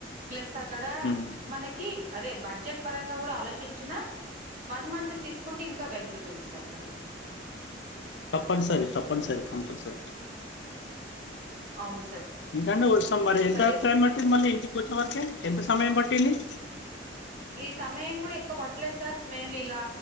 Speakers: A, on the right; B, on the left.
A: ప్లస్ అక్కడ
B: ఉమ్.
A: మనకి అరే బడ్జెట్ పరంగా కూడా ఆలోచించిన వన్ మంత్ తీసుకుంటే ఇంకా బెనిఫిట్ ఉంది సార్ దా ది
B: తప్పనిసరి తప్పనిసరి కంపల్సరి
A: అవును సార్.
B: ఇంకంటే వస్తాం మరి ఎంత
A: సరే స
B: టయం పట్టి మళ్ళీ ఇంటికి వచ్చే వరక ఎంత సమయం పట్టింది తని
A: ఈ సమయం కూడా ఎక్కువ పట్టలేదు సార్ మేము ఇలా